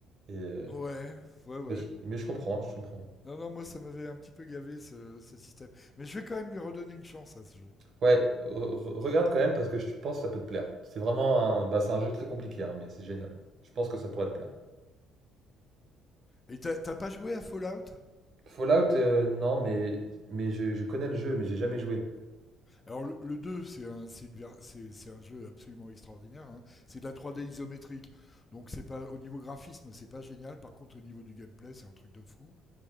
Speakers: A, on the right; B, on the left.
A: Et, euh,
B: Ouais, ouais, ouais.
A: mais, je, mais je comprends, je comprends.
B: Non, non, moi ça m'avait un petit peu gavé ce, ce système. Mais je vais quand même lui redonner une chance à ce jeu.
A: Ouais, re- re- regarde quand même parce que je pense que ça peut te plaire. C'est vraiment un, bah, c'est un jeu très compliqué, hein, mais c'est génial. Je pense que ça pourrait te plaire.
B: Et t'as t'as pas joué à Fallout?
A: Fallout, euh, non, mais, mais je, je connais le jeu, mais j'ai jamais joué.
B: Alors le, le 2, c'est un, c'est une ver- c'est- c'est un jeu absolument extraordinaire. hein. C'est de la 3D isométrique. Donc c'est pas au niveau graphisme, c'est pas génial. Par contre, au niveau du gameplay, c'est un truc de fou.